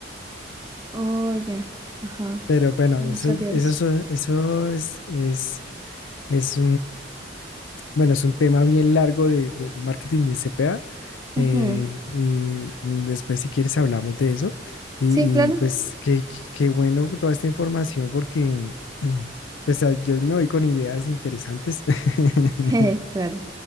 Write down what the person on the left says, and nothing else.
Pero bueno,
eso,
eso,
so- eso es, es, es, Bueno, es un tema bien largo de- del marketing de C CPA.
eh, y después, si quieres, hablamos de eso. Y,
y, pues qué, qué bueno toda esta información porque <clears throat> mm, pues a- yo me voy con ideas interesantes. <laughs>